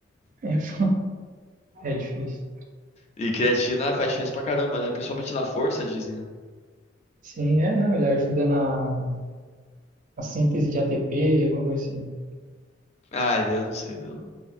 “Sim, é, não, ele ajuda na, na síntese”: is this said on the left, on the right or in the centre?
Right